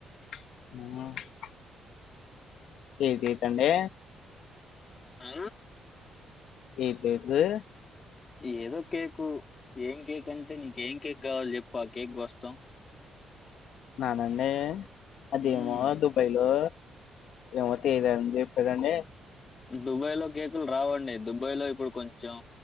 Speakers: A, on the left; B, on the left.
A: ఉమ్ ఏతేతండే
B: ఆ
A: ఏతేతే
B: ఈ ఏదో కేక్ ఏం కేక్ అంటే నీక ఏం కేక్ కావలో చెప్పు ఆ కేక్ కోస్తం
A: నానండి అదేమో
B: మ్మ్.
A: దుబాయ్ లో ఇవత ఐదు అంది పదన్న
B: దుబాయ్ లో కేకులు రావండి దుబాయ్ లో ఇప్పుడు కొంచెం